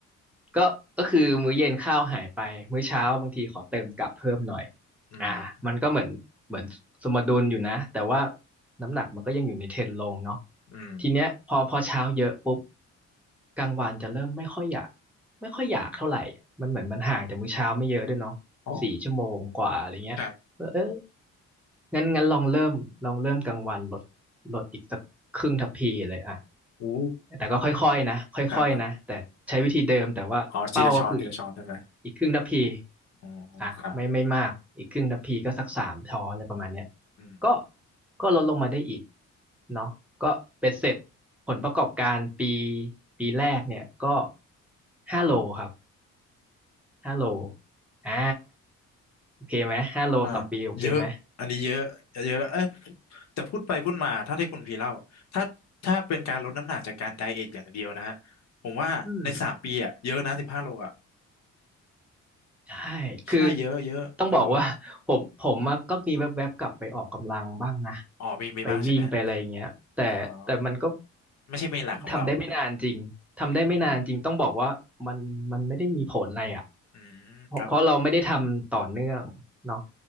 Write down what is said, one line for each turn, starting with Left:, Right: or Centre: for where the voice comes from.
Centre: ก็ก็คือมื้อเย็นข้าวหายไป มื้อเช้าบางทีขอเติมกลับเพิ่มหน่อย
Left: อืม
Centre: อ่ามันก็เหมือนเหมือนสมดุลอยู่นะ แต่ว่าน้ำหนักมันก็ยังอยู่ในเทรนด์ลงเนาะ
Left: อืม
Centre: ทีเนี้ยพอพอเช้าเยอะปุ๊บกลางวันจะเริ่มไม่ค่อยอยาก ไม่ค่อยอยากเท่าไหร่มันเหมือนมันห่างจากมื้อเช้าไม่เยอะด้วยเนาะสี่ชั่วโมงกว่าอะไรเงี้ย
Left: อ๋อครับ
Centre: เออ งั้นงั้นลองเริ่มลองเริ่มกลางวันลดลดอีกสักครึ่งทัพพีเลยอ่ะ
Left: อู้
Centre: แต่ก็ค่อยๆนะค่อยๆนะแต่ใช้วิธีเดิมแต่ว่าเป้าก็คืออีก
Left: ครับครับอ๋อทีละช้อนทีละช้อนใช่ไหม
Centre: อีกครึ่งทัพพี
Left: อ๋อ
Centre: อ่ะไม่ไม่มากอีกครึ่งทัพพีก็สักสามช้อนอะไรประมาณเนี้ย
Left: ครับอืม
Centre: ก็ก็ลดลงมาได้อีกเนาะก็เป็นเสร็จผลประกอบการปีปีแรกเนี่ยก็ห้าโลครับห้าโลอ่าโอเคไหมห้าโลต่อปีโอเคไหม
Left: อ่าเยอะอันนี้เยอะเยอะเอ้ยแต่พูดไปพูดมาถ้าที่คุณพีเล่าถ้าถ้าเป็นการลดน้ำหนักจากการไดเอทอย่างเดียวนะฮะผมว่าในสามปีอะเยอะนะสิบห้าโลอะ
Centre: อืม ใช่คือ
Left: ใช่เยอะเยอะเออ
Centre: ต้องบอกว่า <laughs> ผมผมอะก็มีแวบๆกลับไปออกกำลังบ้างนะ
Left: อ๋อมีมีบ้างใช่ไหม
Centre: ไปวิ่งไปอะไรอย่างเงี้ยแต่แต่มันก็
Left: อ๋อไม่ใช่เมนหลักของเรา
Centre: ทำได้ไม่นานจริงทำได้ไม่นานจริงต้องบอกว่ามันมันไม่ได้มีผลอะไรอ่ะ
Left: อืมอืมครับผม
Centre: เพราะเพราะเราไม่ได้ทำต่อเนื่องเนาะ